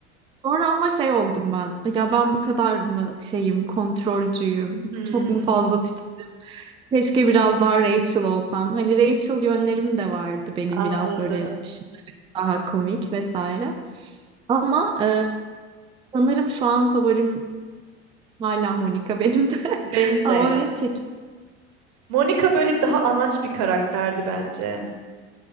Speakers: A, on the right; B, on the right.
A: sonra ama şey oldum ben. Ya ben bu kadar mı şeyim, kontrolcüyüm,
B: Hmm,
A: çok mu fazla titizim? Keşke biraz daha Rachel olsam. Hani Rachel yönlerim de vardı benim
B: anladım.
A: biraz böyle daha komik vesaire. Ama e, sanırım şu an favorim hala Monica benim de. <laughs>
B: Benim
A: Ama
B: de ya.
A: öyle çek.
B: Monica böyle bir daha anaç bir karakterdi bence.